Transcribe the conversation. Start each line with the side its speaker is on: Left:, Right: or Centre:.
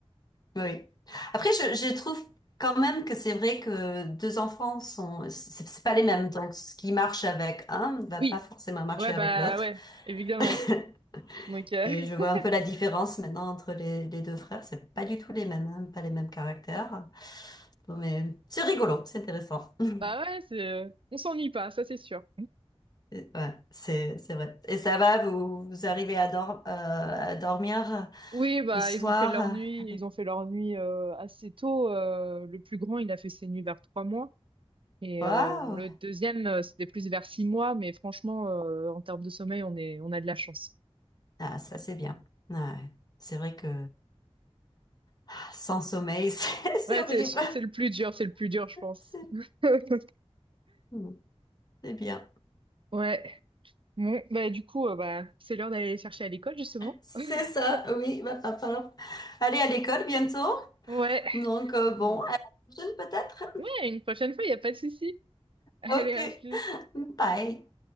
Left: oui. Après, je, je trouve quand même que c'est vrai que deux enfants sont, c'est c'est pas les mêmes. Donc, ce qui marche avec un ne va
Right: Oui,
Left: pas forcément marcher
Right: ouais, bah
Left: avec l'autre.
Right: ouais, évidemment.
Left: <laughs>
Right: Donc, euh,
Left: Et
Right: <laughs>
Left: je vois un peu la différence maintenant entre les, les deux frères. C'est pas du tout les mêmes, hein, pas les mêmes caractères. Bon, mais c'est rigolo, c'est intéressant. <laughs>
Right: bah ouais, c'est, euh, on s'ennuie pas, ça c'est sûr.
Left: Et- Ouais, c'est c'est vrai. Et ça va, vous vous arrivez à, dor- euh, à dormir euh,
Right: Oui, bah
Left: le soir
Right: ils ont fait leur
Left: euh,
Right: nuit,
Left: avec
Right: ils ont fait leur nuit euh, assez tôt. euh, le plus grand, il a fait ses nuits vers trois mois. Et
Left: Waouh!
Right: euh, bon, le deuxième, euh, c'était plus vers six mois, mais franchement, euh, en termes de sommeil, on est, on a de la chance.
Left: Ah, ça c'est bien. Ouais. C'est vrai que ah, sans sommeil, <laughs> c'est
Right: Ouais,
Left: c'est horrible.
Right: c'est, c'est le plus dur, c'est le plus dur, je pense.
Left: C'est
Right: <laughs>
Left: hmm, c'est bien.
Right: Ouais. Bon, bah du coup, euh, bah, c'est l'heure d'aller les chercher à l'école, justement.
Left: C'est
Right: <laughs>
Left: ça, oui. bah, va falloir aller à l'école bientôt.
Right: Ouais.
Left: Donc euh, bon,
Right: Ouais,
Left: à la prochaine peut-être.
Right: Ouais,
Left: <laughs>
Right: une prochaine fois, il n'y a pas de souci. <laughs> Allez,
Left: Ok.
Right: à plus.
Left: Bye.